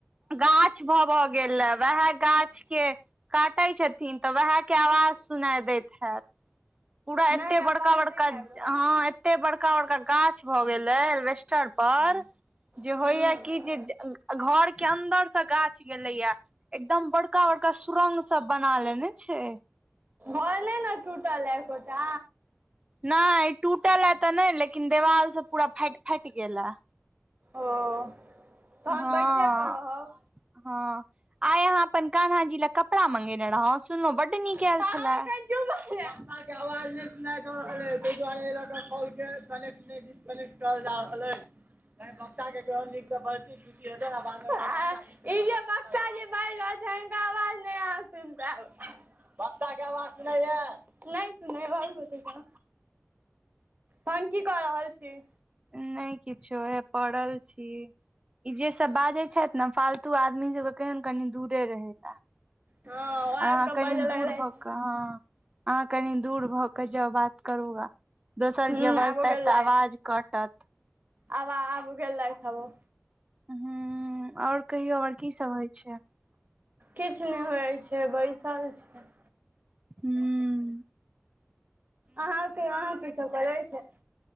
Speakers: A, on the right (about 25°); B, on the right (about 40°).
A: गाछ भ भ गेल हें वएह गाछ के काटै छथिन त उएह के आवाज सुनाय दैत हैत पूरा एते
B: नहि आवाज
A: बड़का बड़का
B: नहि आबि रहल अइ
A: हँ एते बड़का-बड़का गाछ भ गेल आए ऐलवेस्टर पर जे
B: हूँ
A: होइया कि जे घर के अन्दर से गाछ गेले या एकदम बड़का बड़का सुरंग सब बना लेने छै
B: घर नै ने टूटल ऐ एकोटा
A: नै टूटल ए त नै लेकिन देवाल सब पूरा फाटि फाटि गेल हें
B: ओ तहन
A: हँ
B: बैचे क रहब
A: हँ आइ अहाँ अपन कान्हा जी ल कपड़ा मंगेने रहौ सुनलहु बड्ड नीक
B: अहाँ
A: आयल छले
B: एखन चुप भ जाऊ पंखा के आवाज नै सुनाय द रहल अछि ताहि दुआरे ल के कॉल के कनेक्ट कनेक्ट करल जा रहल अछि तै बच्चा के नीक से बजती खुशी हेतै ने बाद में ई जे बच्चा जे बाजि रहल छै हिनकर आवाज नै अहाँ सुनि पैयब बच्चा के आवाज सुनै य मरू अते से तनह की क रहल छी
A: नै किछो हेय पड़ल छी ई जे सब बाजे छथि ने फालतू आदमी सब के केयोन कनि दूरे रहय ले
B: हँ ओ
A: अहाँ
B: आबि कऽ
A: कनी
B: बाजऽ
A: दूर
B: लगलथि
A: भ क हॅं हाँ कनी दूर भ क के जाउ बात करूग दोसर
B: हुं
A: के बजतै
B: आबो गेलथि।
A: त आवाज कटत
B: आब आब गेलैथ ओ
A: हम्म हम्म आओर कहियौ आओर की सब होइ छै
B: किछ नै होइ छै बैसल छियय
A: हम्म
B: अहाँ कहियो अहाँ की सब करै छै